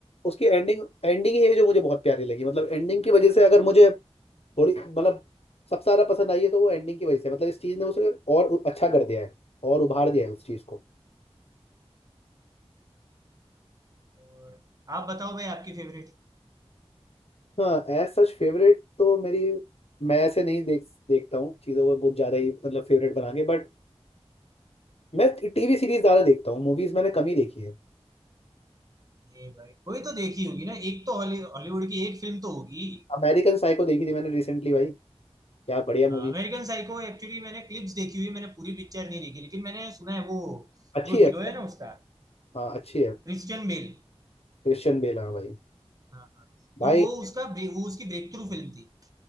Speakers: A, on the left; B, on the right.
A: उसकी एंडिंग एंडिंग ही है जो मुझे बहुत प्यारी लगी मतलब एंडिंग की वजह से अगर मुझे थोड़ी मतलब सबसे ज्यादा पसंद आई है तो वो एंडिंग की वजह से मतलब इस चीज ने उसे और अच्छा कर दिया है और उभार दिया है उस चीज को
B: और आप बताओ भाई आपकी फेवरेट
A: हाँ एज सच फेवरेट तो मेरी मैं ऐसे नहीं देख देखता हूँ चीज़ों को बहुत ज़्यादा ही मतलब फेवरेट बना के बट मैं टीवी सीरीज ज़्यादा देखता हूँ मूवीज़ मैंने कम ही देखी है
B: ये भाई कोई तो देखी होगी ना एक तो हॉली- हॉलीवुड की एक फिल्म तो होगी
A: अमेरिकन साइको देखी थी मैंने रिसेंटली भाई क्या बढ़िया मूवी
B: अमेरिकन साइको एक्चुअली मैंने क्लिप्स देखी हुई मैंने पूरी पिक्चर नहीं देखी लेकिन मैंने सुना है वो
A: अच्छी
B: जो
A: है
B: हीरो है ना उसका
A: हाँ अच्छी है
B: क्रिश्चियन बेल
A: क्रिश्चियन बेल हाँ भाई
B: हाँ हाँ तो
A: भाई
B: वो उसका ब्रे- वो उसकी ब्रेक थ्रू फिल्म थी